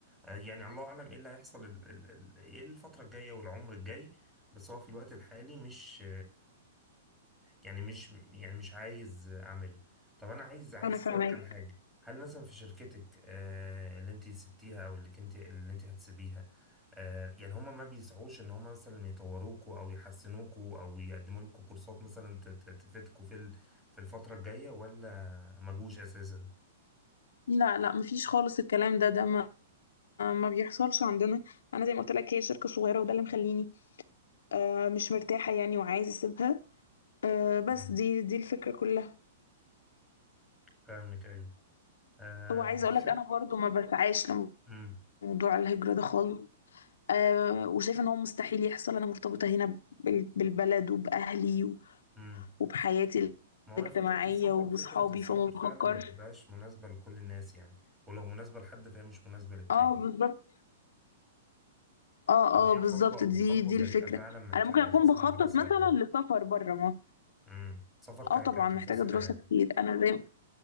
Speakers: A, in the centre; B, on the left.
A: آه يعني الله اعلم ايه اللي هيحصل ال- ال- ال- ايه الفترة الجاية والعمر الجاي بس هو في الوقت الحالي مش يعني مش يعني مش عايز اعمله طب انا عايز عايز
B: انا
A: اسالك
B: فاهمك
A: على حاجه هل مثلا في شركتك آه، اللي انت سبتيها او اللي كنت اللي انت هتسيبيها آه، يعني هما ما بيسعوش ان هما مثلا يطوروكوا او يحسنوكوا او يقدموا لكم كورسات مثلا ت- ت- تفيدكوا في ال- في الفتره الجايه ولا ما جوش اساسا
B: لا لا مفيش خالص الكلام ده ده ما ما بيحصلش عندنا انا زي ما قلت لك هي شركة صغيرة وده اللي مخليني آه مش مرتاحة يعني وعايزة اسيبها آه بس
A: مم.
B: دي دي الفكرة كلها
A: فاهمك ايوه آه،
B: وعايزة اقول
A: بص
B: لك انا برضو ما بسعاش
A: امم
B: لموضوع الهجرة ده خالص آه وشايفة ان هو مستحيل يحصل انا مرتبطة هنا بال- بالبلد وبأهلي
A: امم
B: وبحياتي
A: ما
B: الاجتماعية
A: هو فكره السفر
B: وبصحابي
A: فكره السفر
B: فما
A: فعلا
B: بفكرش
A: ما بتبقاش مناسبه لكل الناس يعني ولو مناسبة لحد فهي مش مناسبة للتاني
B: اه بالظبط اه
A: هي
B: اه بالظبط
A: خطوة
B: دي
A: وخطوة
B: دي
A: جريئة
B: الفكرة
A: فعلا محتاجة
B: انا ممكن اكون
A: أساسا
B: بخطط
A: دراسة
B: مثلا
A: قبلها
B: لسفر بره مصر
A: امم سفر ك-
B: اه طبعا
A: ك- كفسحة
B: محتاجة دراسة
A: يعني
B: كتير انا زي